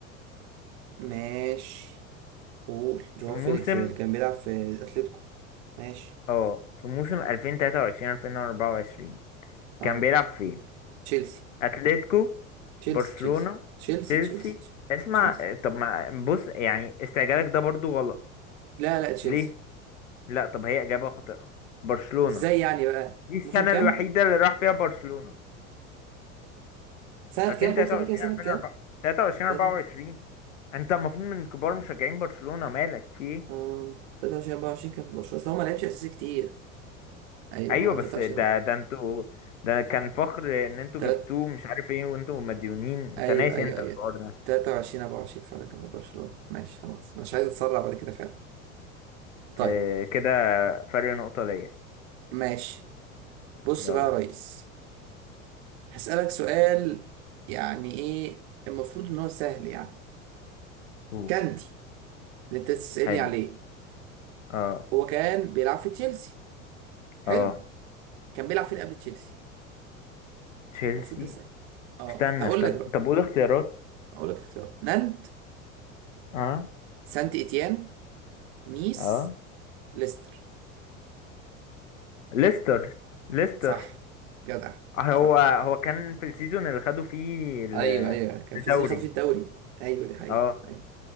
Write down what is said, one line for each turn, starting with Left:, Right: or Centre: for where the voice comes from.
Right: ماشي قول جواو
Left: في موسم
Right: فيليكس اللي كان بيلعب في اتلتيكو ماشي
Left: اه في موسم 2023 2024
Right: اه
Left: كان بيلعب فين
Right: تشيلسي
Left: اتلتيكو
Right: تشيلسي
Left: برشلونة
Right: تشيلسي
Left: تشيلسي
Right: تشيلسي تشيلسي
Left: اسمع
Right: تشيلسي
Left: طب ما بص يعني استعجالك ده برضو غلط
Right: لا لا تشيلسي
Left: ليه لا طب هي إجابة خاطئة برشلونة
Right: ازاي يعني بقى
Left: دي السنة
Right: موسم كام
Left: الوحيدة اللي راح فيها برشلونة
Right: سنة
Left: 2023
Right: كام قول تاني كده سنة
Left: 2024
Right: كام
Left: 23 24
Right: 23
Left: انت المفروض من كبار مشجعين برشلونة مالك في ايه
Right: اه 23 24 كان في برشلونة أصل هو ما لعبش اساسي كتير ايوه
Left: ايوه
Right: اه
Left: بس
Right: 23
Left: ده ده انتوا ده كان فخر ان انتوا
Right: تلات
Left: جبتوه مش عارف ايه وانتوا مديونين انت
Right: ايوه
Left: ناسي
Right: ايوه
Left: انت
Right: ايوه
Left: الحوار ده
Right: 23 24 فعلا كان في برشلونة ماشي خلاص انا مش عايز اتسرع بعد كده فعلا طيب
Left: آه كده فرق نقطة ليا
Right: ماشي بص
Left: يلا
Right: بقى يا ريس هسألك سؤال يعني ايه المفروض ان هو سهل يعني
Left: قول
Right: كاندي اللي انت تسألني
Left: حلو
Right: عليه
Left: اه
Right: هو كان بيلعب في تشيلسي حلو
Left: اه
Right: كان بيلعب فين قبل تشيلسي
Left: تشيلسي
Right: المفروض ده سهل اه
Left: استنى
Right: هقول
Left: استنى
Right: لك بقى
Left: طب قول اختيارات
Right: هقول لك اختيارات نانت
Left: اه
Right: سانت اتيان نيس
Left: اه
Right: ليستر
Left: ليستر ليستر
Right: صح جدع
Left: هو
Right: صح
Left: هو كان في السيزون اللي خدوا فيه ال-
Right: ايوه ايوه كان
Left: الدوري
Right: في زيزي خد فيه الدوري ايوه دي حقيقة
Left: اه
Right: ايوه